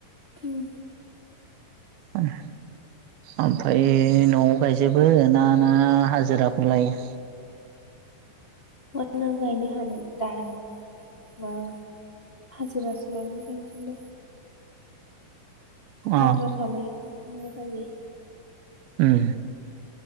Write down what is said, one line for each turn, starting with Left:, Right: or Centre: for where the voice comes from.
Left: ओम।
Right: ओम। ओमफाय न'आव गायजोबो ना ना हाजिराखो लायो?
Left: बहा नो गायनो हानो <unintelligible> मा हाजिरासो लानानै गायफिनबाय
Right: अ
Left: आद्रा थानायखो न'आव गायबाय।
Right: ओम